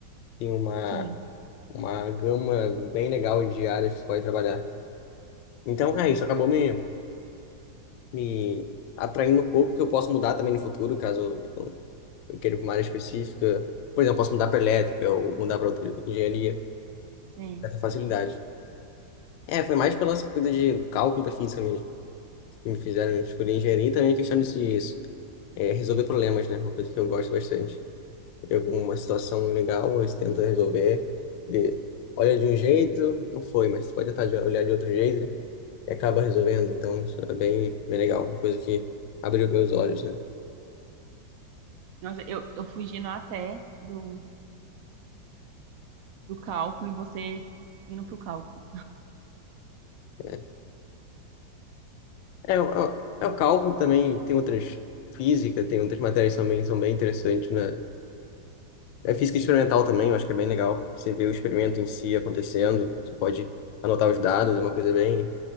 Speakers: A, on the left; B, on the right.
A: tem uma,
B: Sim,
A: uma gama bem legal de áreas que você pode trabalhar. Então, é isso, acabou me, me atraindo um pouco, que eu posso mudar também no futuro, caso eu, eu queira ir pra uma área específica. Por exemplo, posso mudar para elétrica ou mudar para outra engenharia, com
B: sim.
A: certa facilidade. É, foi mais pela coisa de cálculo da física mesmo, que me fizeram escolher engenharia e também questão de se- é, resolver problemas, né? Uma coisa que eu gosto bastante. Pega uma situação legal, você tenta resolver, vê- olha de um jeito, não foi, mas você pode tentar de- olhar de outro jeito e acaba resolvendo. Então, isso é bem, bem legal, uma coisa que abriu meus olhos, né?
B: Nossa, eu, eu fugindo até do, do cálculo e você indo pro cálculo.
A: É, é, o é o- é o cálculo também, tem outras física, tem outras matérias também, são bem interessantes, né? É física experimental também, eu acho que é bem legal. Você vê o experimento em si acontecendo, você pode anotar os dados, é uma coisa bem